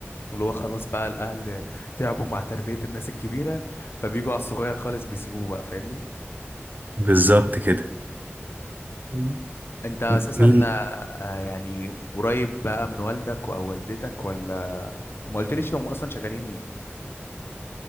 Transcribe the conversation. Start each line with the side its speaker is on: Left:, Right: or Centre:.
Left: اللي هو خلاص بقى الاهل تعبوا مع تربيه الناس الكبيره فبيجوا على الصغير خالص بيسيبوه بقى فاهمني
Right: بالظبط كده مم.
Left: انت اساسا
Right: مين
Left: آه، آه، يعني قريب بقى من والدك او والدتك ولا وما قلتليش هم اصلا شغالين ايه